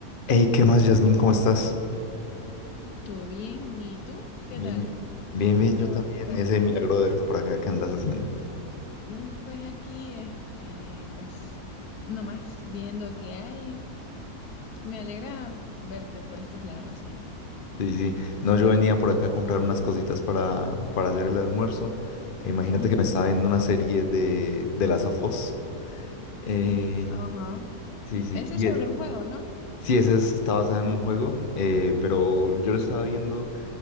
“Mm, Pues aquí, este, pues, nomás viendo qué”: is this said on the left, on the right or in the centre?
Left